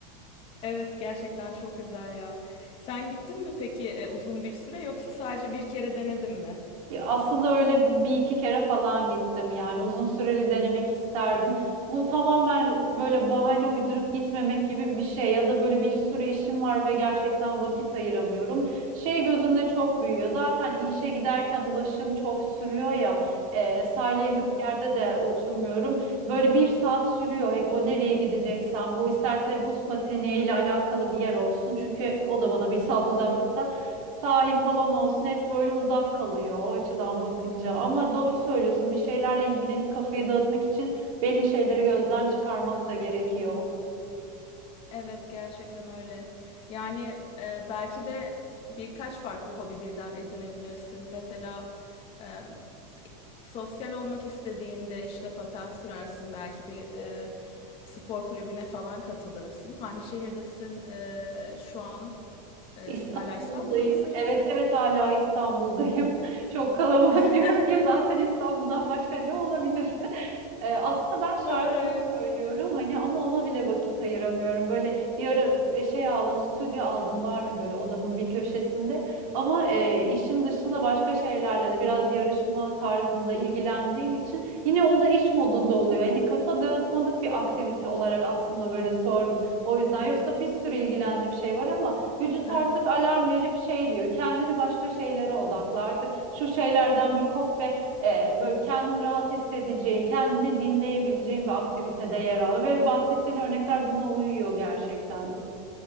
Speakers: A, on the left; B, on the right.
A: Evet, gerçekten çok güzel ya. Sen gittin mi peki e, uzun bir süre yoksa sadece bir kere denedin mi?
B: E, Aslında öyle bir iki kere falan gittim yani uzun süreli denemek isterdim. Bu tamamen böyle bahane uydurup gitmemek gibi bir şey ya da böyle bir sürü işim var ve gerçekten vakit ayıramıyorum. Şey gözümde çok büyüyor zaten işe giderken ulaşım çok sürüyor ya e, sahile yakın
A: Hı hı.
B: bir yerde de oturmuyorum. Böyle bir saat sürüyor hep o nereye gideceksen bu isterse buz pateni ile alakalı bir yer olsun çünkü o da bana bir saat uzaklıkta sahil falan olsun hep böyle uzak kalıyor o açıdan bakınca. Ama doğru söylüyorsun bir şeylerle ilgilenip kafayı dağıtmak için belli şeyleri gözden çıkarmak da gerekiyor.
A: Evet gerçekten öyle. Yani e, belki de birkaç farklı hobi birden edinebilirsin. Mesela e, sosyal olmak istediğinde işte paten sürersin. Belki bir e, spor kulübüne falan katılırsın. Hangi şehirdesin e, şu an? E,
B: İstanbul'dayım.
A: hala İstanbul'da mısın yoksa?
B: Evet evet hala İstanbul'dayım. <laughs> Çok kalabalık
A: <laughs>
B: diyorum ya zaten İstanbul'dan başka ne olabilir? E, aslında ben şarkı
A: Doğru evet.
B: da söylüyorum hani ama ona bile vakit ayıramıyorum. Böyle bir ara e, şey aldım, stüdyo aldım var böyle odamın bir köşesinde. Ama e, işin dışında başka şeylerle de biraz yarışma tarzında ilgilendiğim için yine o da iş modunda oluyor. Yani kafa dağıtmalık bir aktivite olarak aslında böyle sordum. O yüzden yoksa bir sürü ilgilendiğim şey var ama vücut
A: Aha.
B: artık alarm verip şey diyor. Kendini başka şeylere odakla artık şu şeylerden bir kop ve e, böyle kendini rahat hissedeceğin, kendini dinleyebileceğin bir aktivitede yer al ve bahsettiğin örnekler buna uyuyor gerçekten.